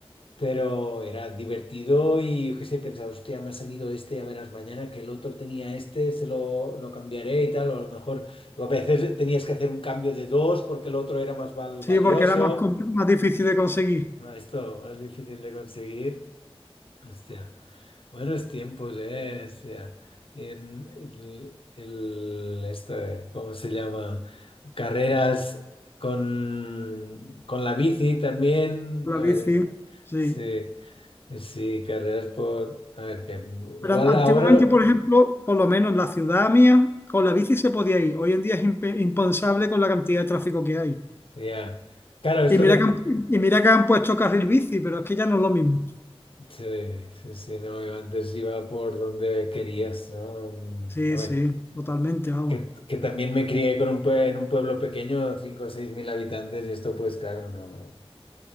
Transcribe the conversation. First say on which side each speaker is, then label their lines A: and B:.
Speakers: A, on the left; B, on the left.
A: Pero era divertido y yo qué sé, pensar, hostia, me ha salido este, ya verás mañana que el otro tenía este, se lo, lo cambiaré y tal, o a lo mejor o a veces tenías que hacer un cambio de dos porque el otro era más val-
B: Sí,
A: valioso.
B: porque era más, compl- más difícil de conseguir
A: Ah, esto más difícil de conseguir. Hostia, buenos tiempos, eh. Hostia. En- el, el- esto, eh, ¿cómo se llama? Carreras con, con la bici también.
B: la
A: A
B: bici.
A: ver, es-
B: Sí.
A: sí. Eh, Sí, carreras por... A ver, que igual
B: Pero an- antiguamente,
A: ahora lo...
B: por ejemplo, por lo menos en la ciudad mía, con la bici se podía ir. Hoy en día es impe- impensable con la cantidad de tráfico que hay.
A: Ya. Claro, esto
B: Y mira
A: de...
B: que han, pu- y mira que han puesto carril bici, pero es que ya no es lo mismo.
A: Sí, sí, sí, no, yo antes iba por donde querías, ¿no? En-
B: Sí,
A: A ver,
B: sí, totalmente, vamos.
A: que, que también me crié con un pue- en un pueblo pequeño, cinco o seis mil habitantes, y esto pues claro, no,